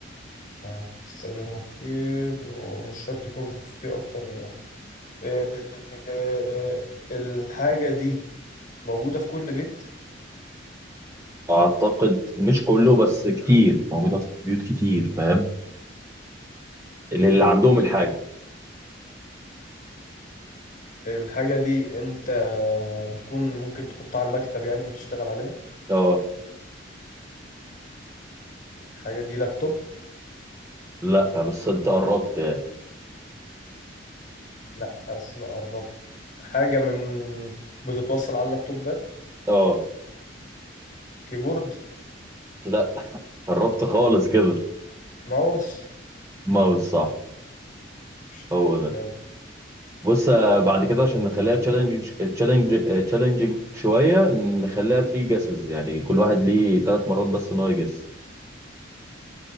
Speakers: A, on the left; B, on the right.
A: آه، بتستخدمه كتير ومش شرط يكون في أكتر من آه، آه، الحاجة دي موجودة في كل بيت
B: اعتقد مش كله بس كتير موجوده في بيوت كتير فاهم اللي, اللي عندهم الحاجه
A: الحاجة دي انت بتكون ممكن تحطها على المكتب يعني وتشتغل عليها
B: اه
A: الحاجة دي لابتوب
B: لا بس انت قربت يعني
A: لا اصل أنا قربت حاجة من بتتوصل على اللابتوبات
B: اه
A: كيبورد
B: لا قربت خالص كده
A: ماوس
B: ماوس صح
A: مش-
B: هو ده
A: جاب.
B: بص آه، بعد كده عشان نخليها تشالنج تشالنج تشالنجينج شويه نخليها 3 جيسز يعني كل واحد ليه ثلاث مرات بس ان هو يجس